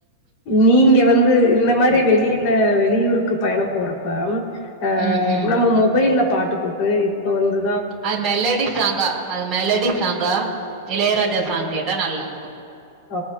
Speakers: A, on the left; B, on the right.
A: நீங்க வந்து இந்த மாரி வெளிய ல வெளியூருக்கு பயணம் போறப்பம் அ
B: ம் ம்
A: நம்ம மொபைல்ல பாட்டு போட் பே இப்ப வந்து
B: அது மெலடி சாங்கா அது மெலடி சாங்கா இளையராஜா சாங் கேட்டா நல்லாருக்கும்
A: அ